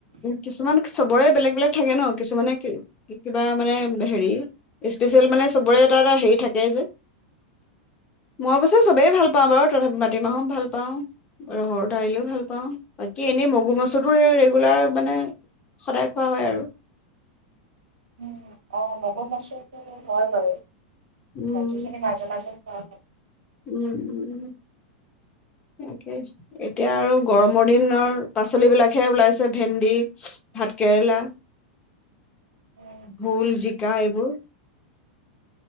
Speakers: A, on the left; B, on the right.
A: কিছুমান চবৰে বেলেগ, বেলেগ থাকে ন' কিছুমানে কি, কিবা মানে হেৰি স্পেচিয়েল মানে চবৰে এটা, এটা হেৰি থাকেই যে। মই অৱশ্যে চবেই ভাল পাওঁ বাৰু। মাটিমাহো ভাল পাওঁ, ৰহৰ দাইলও ভাল পাওঁ। বাকী এনেই মগু মচুবোৰ ৰেগুলাৰ মানে সদায় খোৱা হয় আৰু।
B: উম, অ', মগু মচুৰটো হয় বাৰু।
A: উম
B: বাকী খিনি মাজে মাজে অ'।
A: উম, উম, তাকেই এতিয়া আৰু গৰমৰ দিনৰ পাচলিবিলাকহে ওলাইছে। ভেণ্ডি, ভাতকেৰেলা।
B: উম,
A: ভোল, জি কাৰ এইবোৰ?